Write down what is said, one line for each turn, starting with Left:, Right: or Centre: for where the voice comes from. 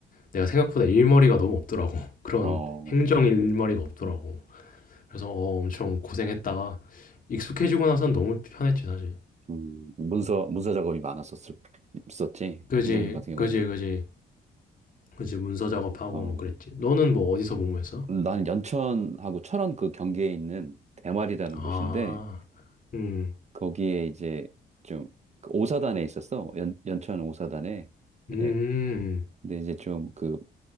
Left: 내가 생각보다 일머리가 너무 없더라고 <laughs> 그런
Right: 어,
Left: 행정 일머리가 없더라고 그래서 어, 엄청 고생했다가 익숙해지고 나선 너무 편했지 사실
Right: 음, 문서, 문서 작업이 많았었었지,
Left: 그지
Right: 행정병 같은 경우에는.
Left: 그지 그지 그지 문서 작업하고
Right: 어,
Left: 뭐 그랬지 너는 뭐 어디서 복무했어?
Right: 나는 연천하고 철원 그 경계에 있는 대마리라는
Left: 아,
Right: 곳인데,
Left: 음,
Right: 거기에 이제 좀그 오사단에 있었어. 연, 연천 오사단에.
Left: 음,
Right: 네. 근데 이제 좀 그